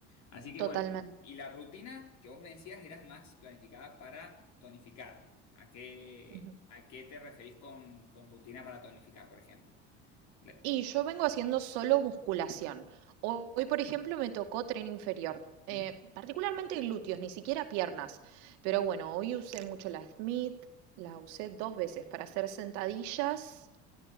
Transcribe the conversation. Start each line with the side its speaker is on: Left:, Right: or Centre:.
Left: Así que
Right: totalmente.
Left: bueno, y la rutina que vos me decías era más planificada para tonificar. ¿A qué,
Right: Ujú.
Left: a qué te referís con, con rutina para tonificar, por ejemplo? Le-
Right: Y yo vengo haciendo solo musculación. Hoy, por ejemplo, me tocó tren inferior, eh,
Left: Ujú.
Right: particularmente glúteos, ni siquiera piernas. Pero bueno, hoy usé mucho la Smith, la usé dos veces para hacer sentadillas